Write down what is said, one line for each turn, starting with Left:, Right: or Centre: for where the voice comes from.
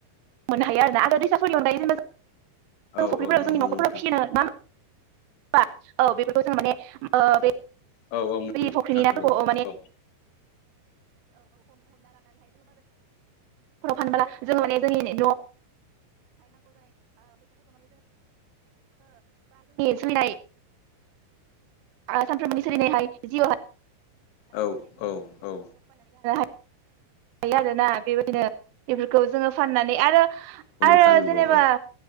Right: <unintelligible>
Left: औ औ नंगौ नोंथां
Right: औ बेफोरखौ जों माने ओ बे
Left: औ औ नंगौ
Right: फख्रिनि
Left: नोंथां
Right: नाफोरखौ
Left: नंगौ औ
Right: माने <unintelligible> <unintelligible> ओ बा जोंनि सोलिनाय आं सानफ्रोमबोनि सलिनायहाय जिउ
Left: औ औ
Right: <unintelligible> <unintelligible>
Left: थां नंगौ
Right: जेनेबा
Left: औ।